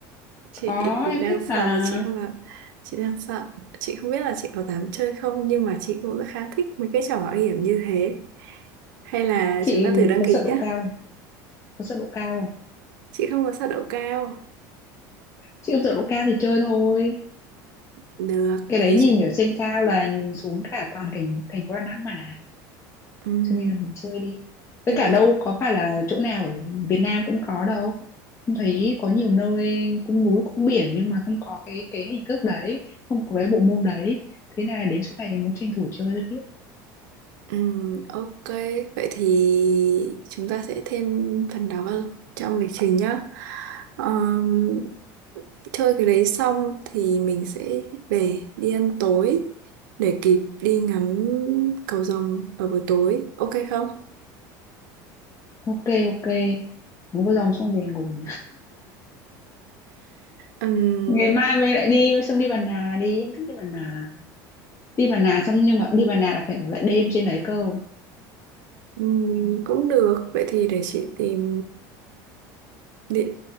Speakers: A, on the right; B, on the left.
A: chị
B: có em
A: đang
B: thích
A: sợ
B: là
A: là chị không làm chị đang sợ chị không biết là chị có dám chơi không nhưng mà chị cũng khá thích mấy cái trò mạo hiểm như thế hay là
B: chị
A: chúng ta thử đăng
B: có
A: ký
B: sợ độ
A: nhé
B: cao không? có sợ độ cao không
A: chị không có sợ độ cao
B: chị không sợ độ cao thì chơi thôi
A: được
B: cái
A: vậy
B: đấy
A: thì
B: nhìn
A: chị
B: ở trên cao là nhìn xuống cả toàn cảnh thành phố Đà Nẵng mà
A: ừm,
B: cho nên là mình chơi đi
A: như
B: với cả
A: vậy
B: đâu có phải là chỗ nào ở Việt Nam cũng có đâu không thấy có nhiều nơi cũng núi cũng biển nhưng mà không có cái cái hình thức đấy không có cái bộ môn đấy thế là đến chỗ này muốn tranh thủ chơi cho biết
A: Ừm, ok vậy thì chúng ta sẽ thêm phần đó vào trong lịch trình nhá Ờm, chơi cái đấy xong thì mình sẽ về đi ăn tối để kịp đi ngắm cầu rồng vào buổi tối ok không
B: ok ok muốn có dòng xong về ngủ
A: Ừm,
B: ngày mai mình lại đi xong đi Bà Nà đi em thích đi Bà Nà đi Bà Nà xong nhưng mà đi Bà Nà là phải ở lại đêm trên đấy cơ
A: ừm, cũng được vậy thì để chị tìm địa